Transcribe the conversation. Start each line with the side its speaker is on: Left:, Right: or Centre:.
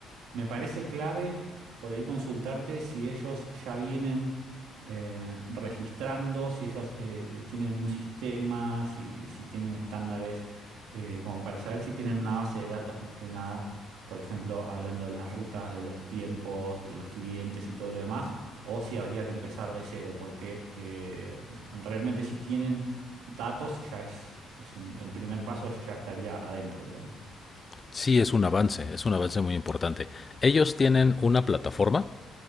Right: me parece clave por ahí consultarte si ellos ya vienen eh, registrando, si ellos eh, eh, tienen un sistema, si, si tienen estándares, eh, como para saber si tienen una base de datos más que nada, por ejemplo, hablando de las rutas, de los tiempos, de los clientes y todo lo demás, o si habría que empezar de cero, porque eh, realmente si tienen datos ya es, es un- el primer paso ya estaría adentro, digamos.
Left: sí es un avance, es un avance muy importante. Ellos tienen una plataforma